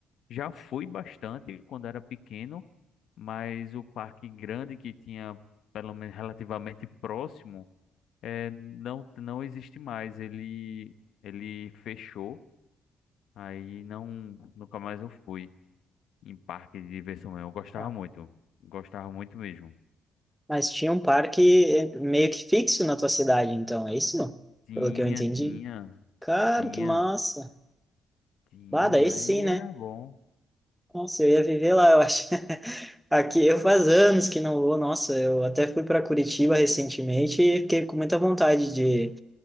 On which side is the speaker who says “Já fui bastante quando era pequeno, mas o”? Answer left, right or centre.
Left